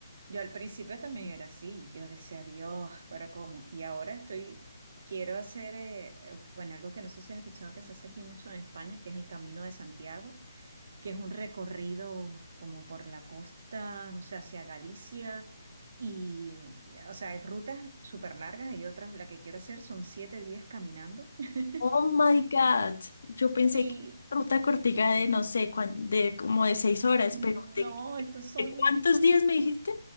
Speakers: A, on the right; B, on the left.
A: Yo al principio también era así, yo decía, Dios, pero ¿cómo? Y ahora estoy, quiero hacer, eh, bueno, algo que no sé si has escuchado que se hace aquí mucho en España, que es el Camino de Santiago, que es un recorrido como por la costa, no sé, hacia Galicia, y, o sea, hay rutas súper largas y otras, la que quiero hacer son siete días caminando. <laughs>
B: Oh my God. Yo pensé
A: Sí,
B: que era ruta cortiga de no sé, cuán- de como de seis horas,
A: no,
B: pero ¿de,
A: estos son
B: de cuántos días me dijiste?